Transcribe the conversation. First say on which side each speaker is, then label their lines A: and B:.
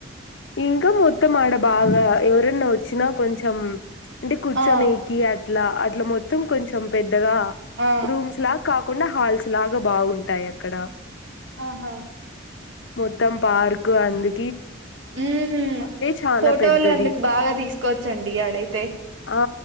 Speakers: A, on the left; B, on the right.
A: ఇంకా మొత్తం ఆడ బాగా ఎవరన్నా వచ్చినా కొంచెం అంటే కూర్చొనికి
B: ఆ
A: అ ట్లా అట్లా మొత్తం కొంచెం పెద్దగా
B: ఆ
A: రూమ్స్ లా కాక్ కుండా హాల్స్ లాగా బాగుంటాయి అక్కడ
B: ఆహా
A: మొత్తం పార్కు అందు
B: ఉమ్
A: చానా
B: ఫోటోలు
A: పెద్దది
B: అందుకు బాగా తీసుకోవచ్చండి అడైతే
A: ఆ